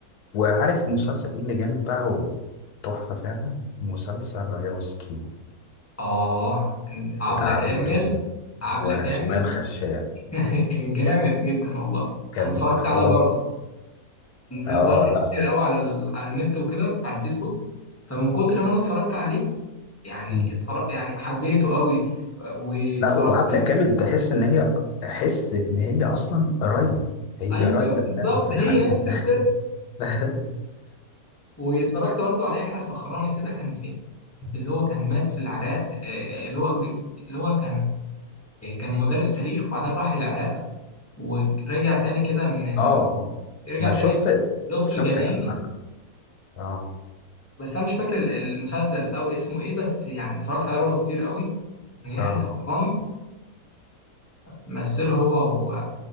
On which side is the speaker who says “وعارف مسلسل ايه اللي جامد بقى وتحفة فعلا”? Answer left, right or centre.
Left